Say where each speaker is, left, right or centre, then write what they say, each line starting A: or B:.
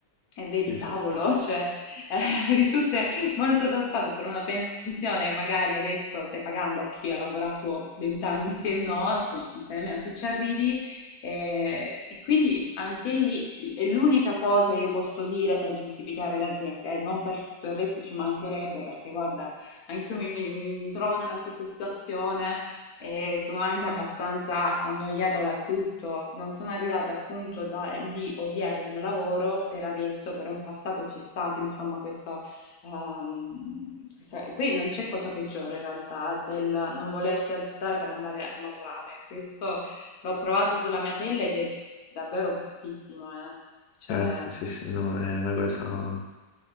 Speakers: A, on the left; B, on the left.
A: e vedi
B: Sì,
A: cavolo,
B: sì, sì.
A: cioè eh, <laughs> risulta molto tassato per una pensione che magari adesso stai pagando a chi ha lavorato 20 anni, sì e no, tu non sai nemmeno se ci arrivi. eh, e quindi anche lì è l'unica cosa che io posso dire per giustificare le aziende, eh, non per tutto il resto ci mancherebbe, perché guarda, anch'io mi mm, mi trovo nella stessa situazione e sono anche abbastanza annoiata dal tutto. Non sono arrivata al punto da- di odiare il mio lavoro per adesso, però in passato c'è stato, insomma, questo. ehm, questa- E poi non c'è cosa peggiore in realtà del non volersi alzare per andare a lavorare. Questo l'ho provato sulla mia pelle ed è davvero bruttissimo, eh. Cioè,
B: Certo, sì, sì, no, è una cosa...